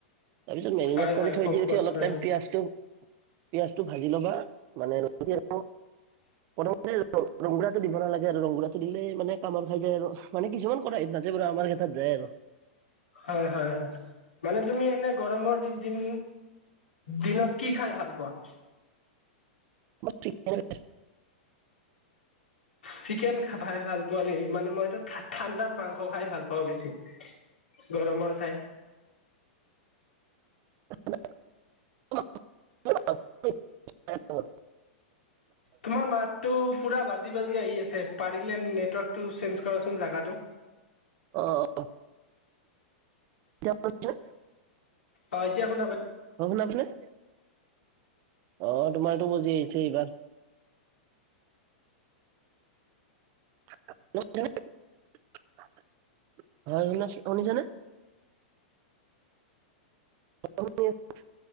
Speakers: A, on the right; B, on the left.
A: তাৰপিছত মেৰিনেট
B: হয়
A: কৰি
B: হয়
A: থৈ
B: খ
A: দি
B: খোৱাত
A: উঠি অলপ
B: পাৰে
A: টাইম পিয়াজ পিয়াজটো ভাজি ল'বা মানে <unintelligible> ৰঙালাওটো দিব নালাগে আৰু ৰঙালাওটো দিলে মানে কামৰ কাৰণে আৰু মানে কিছুমান কৰা তাতে বাৰু আমাৰ ক্ষেত্ৰৰ কাৰনে বেয়াই আৰু।
B: হয় হয় হয় মানে তুমি এনে গৰমৰ দিন দিন দিনত কি খাই ভাল পোৱা?
A: মই চিকেন
B: চিকেন খাই ভাল পোৱা নেকি, মানে মইটো ঠাণ্ডাত মাংস খাই ভাল পাওঁ বেছি। গৰমৰ চাই
A: <unintelligible>
B: তোমাৰ মাতটো পুৰা বাজি বাজি আহি আছে পাৰিলে নেটৱৰ্কটো চেঞ্জ কৰাচোন জাগাটো।
A: অঁ। এতিয়া পাইছা নে?
B: অঁ এতিয়া শুনা পাই
A: <unintelligible> অ' তোমাৰটো বজি আহিছে এইবাৰ। <unintelligible> অ শুনিছানে? <unintelligible>